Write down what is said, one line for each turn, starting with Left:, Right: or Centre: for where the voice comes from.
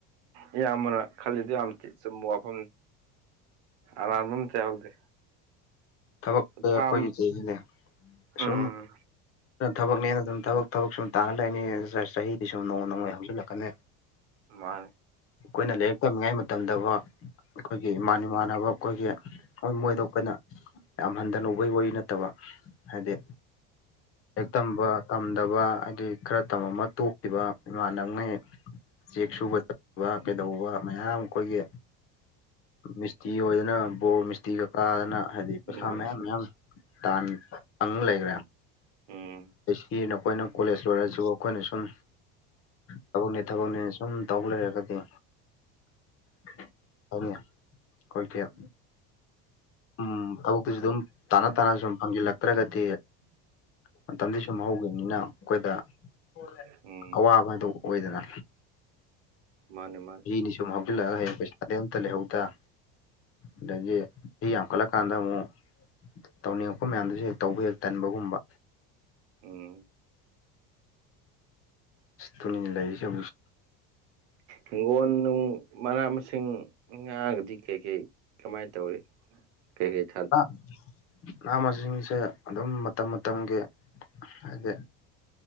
Right: ꯏꯌꯥꯝꯕꯅ ꯈꯜꯂꯤꯗꯣ ꯌꯥꯝ ꯊꯤ ꯆꯨꯝꯕ ꯋꯥꯐꯝꯅꯤ ꯑꯔꯥꯟꯕ ꯑꯝꯇ ꯌꯥꯎꯗꯦ
Left: ꯊꯕꯛꯇ ꯑꯩꯈꯣꯏꯒꯤ
Right: ꯐꯥꯝ
Left: <unintelligible>
Right: ꯎꯝ
Left: ꯁꯨꯝ ꯅ ꯊꯕꯛꯅꯦꯅ ꯗꯨꯝ ꯊꯕꯛ ꯊꯕꯛ ꯁꯨꯝ ꯇꯥꯅ ꯂꯩꯅꯤ ꯆ ꯆꯍꯤꯗꯤ ꯁꯨꯝ ꯅꯣꯡꯃ ꯅꯣꯡꯃꯩ ꯍꯧꯖꯤꯜꯂꯛ ꯀꯅꯦ
Right: ꯃꯥꯅꯤ
Left: ꯈꯣꯏꯅ ꯂꯥꯏꯔꯤꯛ ꯇꯝꯃꯤꯉꯥꯏ ꯃꯇꯝꯗꯕꯣ ꯑꯩꯈꯣꯏꯒꯤ ꯏꯃꯥꯟ ꯏꯃꯥꯟꯅꯕ ꯑꯩꯈꯣꯏꯒꯤ ꯍꯣꯏ ꯃꯣꯏꯗꯣ ꯈꯣꯏꯅ ꯌꯥꯝ ꯍꯟꯗꯅ ꯎꯕꯩ ꯋꯥꯔꯤ ꯅꯠꯇꯕ ꯍꯥꯏꯗꯤ ꯂꯥꯏꯔꯤꯛ ꯇꯝꯕ ꯇꯝꯗꯕ ꯍꯥꯏꯗꯤ ꯈꯔ ꯇꯝꯃꯝꯃ ꯇꯣꯛꯈꯤꯕ ꯏꯃꯥꯟꯅꯕꯉꯩ ꯆꯦꯛ ꯁꯨꯕ ꯆꯠꯄ ꯀꯩꯗꯧꯕ ꯃꯌꯥꯝ ꯑꯈꯣꯏꯒꯤ ꯃꯤꯁꯇꯤ ꯑꯣꯏꯗꯅ ꯕꯣꯔ ꯃꯤꯁꯇꯤꯒꯥ ꯀꯥꯗꯅ ꯍꯥꯏꯗꯤ ꯄꯩꯁꯥ
Right: ꯃꯥꯅꯤ
Left: ꯃꯌꯥꯝ ꯃꯌꯥꯝ ꯇꯥꯟ ꯐꯪ ꯂꯩꯒ꯭ꯔꯦ
Right: ꯎꯝ
Left: ꯑꯩꯁꯀꯤꯅ ꯑꯈꯣꯏꯅ ꯀꯣꯂꯦꯖ ꯂꯣꯏꯔꯖꯨ ꯑꯈꯣꯏꯅ ꯁꯨꯝ ꯊꯕꯛꯅꯦ ꯊꯕꯛꯅꯦ ꯁꯨꯝ ꯇꯧ ꯂꯩꯔꯒꯥꯗꯤ <unintelligible> ꯈꯣꯏꯒꯦꯞ ꯎꯝ ꯊꯕꯛꯇꯨꯖꯨ ꯑꯗꯨꯝ ꯇꯥꯅ ꯇꯥꯅ ꯁꯨꯝ ꯐꯪꯖꯤꯜꯂꯛꯇ꯭ꯔꯥꯒꯗꯤ
Right: <inaudible>
Left: ꯃꯇꯝꯗꯤ ꯁꯨꯝ ꯍꯧꯒꯤꯝꯅꯤꯅ ꯑꯈꯣꯏꯗꯥ <inaudible>
Right: ꯎꯝ
Left: ꯑꯋꯥꯕ ꯍꯥꯏꯗꯣ ꯑꯣꯏꯗꯅ
Right: ꯃꯥꯅꯦ ꯃꯥꯅꯦ
Left: ꯖꯤꯗꯤ ꯁꯨꯝ ꯍꯧꯖꯤꯜꯂꯛꯑꯒꯥ ꯍꯌꯦꯡ ꯄꯩꯁꯥꯗꯤ ꯑꯝꯇꯥ ꯂꯩꯍꯧꯗꯥ ꯑꯗꯒꯤ ꯆꯍꯤ ꯌꯥꯝꯈꯠꯂꯛꯀꯥꯟꯗꯥ ꯑꯃꯨꯛ ꯇꯧꯅꯤꯡꯉꯛꯄ ꯃꯌꯥꯝꯗꯨꯖꯨ ꯍꯦꯛ ꯇꯧꯕ ꯍꯦꯛ ꯇꯟꯕꯒꯨꯝꯕ
Right: ꯎꯝ <inaudible>
Left: ꯇꯨꯃꯤꯟꯅ ꯂꯩꯔꯤꯁꯦ ꯑꯃꯨꯛ
Right: ꯍꯤꯡꯒꯣꯟ ꯅꯨꯡ ꯃꯅꯥ ꯃꯁꯤꯡ ꯉꯥꯒꯗꯤ ꯀꯩ ꯀꯩ ꯀꯃꯥꯏ ꯇꯧꯔꯤ <unintelligible>
Left: ꯅꯥ ꯅꯥ ꯃꯥꯁꯤꯡꯁꯦ ꯑꯗꯨꯝ ꯃꯇꯝ ꯃꯇꯝꯒꯤ ꯍꯥꯏꯗꯤ